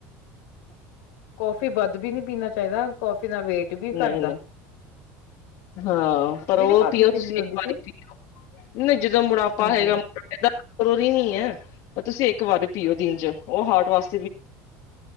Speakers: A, on the left; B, on the left.
A: ਕੌਫੀ ਵੱਧ ਵੀ ਨਹੀਂ ਪੀਣਾ ਚਾਹੀਦਾ, ਕੌਫ ਬੀ ਪੀ ਵੀ
B: ਨਹੀਂ
A: ਘੱਟਦਾ।
B: ਨਹੀਂ ਹਾਂ ਪਰ
A: ਮੇਰੀ
B: ਉਹ
A: ਭਾਬੀ
B: ਪੀਓ, ਤੁਸੀਂ
A: ਪੀਂਦੀ
B: ਇੱਕ
A: ਹੁੰਦੀ
B: ਵਾਰੀ
A: ਸੀ
B: ਪੀਓ। ਨਹੀਂ ਜਦੋਂ ਮੋਟਾਪਾ
A: ਹਾਂਜੀ
B: ਹੈਗਾ <unintelligible> ਕਰੋਰੀ ਨਹੀਂ ਹੈ। ਪਰ ਤੁਸੀਂ ਇੱਕ ਵਾਰੀ ਪੀਓ ਦਿਨ ਚ, ਉਹ ਹਾਰਟ ਵਾਸ